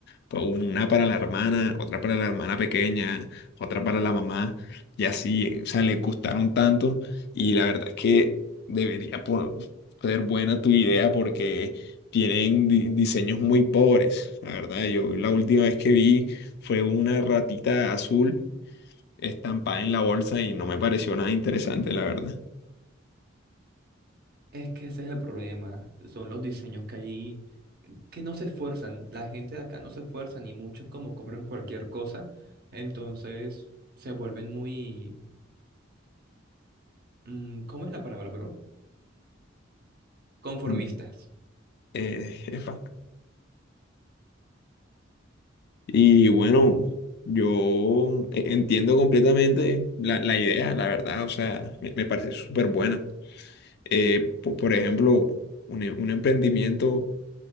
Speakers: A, on the left; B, on the right.
A: pa- una para la hermana, otra para la hermana pequeña, otra para la mamá y así, o sea, les gustaron tanto y la verdad es que debería ser buena tu idea porque tienen di- diseños muy pobres. La verdad, yo la última vez que vi fue una ratita azul estampada en la bolsa y no me pareció nada interesante, la verdad.
B: Es que ese es el problema, son los diseños que hay que no se esfuerzan, la gente de acá no se esfuerzan ni mucho como compran cualquier cosa, entonces se vuelven muy, mm, ¿cómo es la palabra, bro? Conformistas.
A: Mm. Eh, epa. Y bueno, yo e- entiendo completamente la, la idea, la verdad, o sea, me, me parece súper buena. Eh, po- por, ejemplo, un, e- un emprendimiento